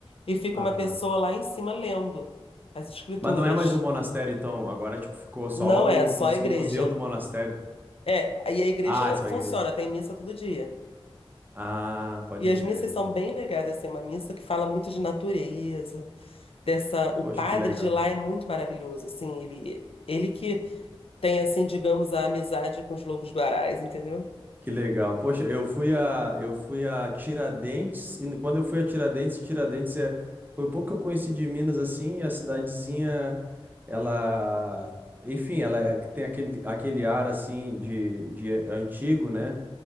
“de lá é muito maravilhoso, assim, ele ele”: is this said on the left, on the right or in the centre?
Left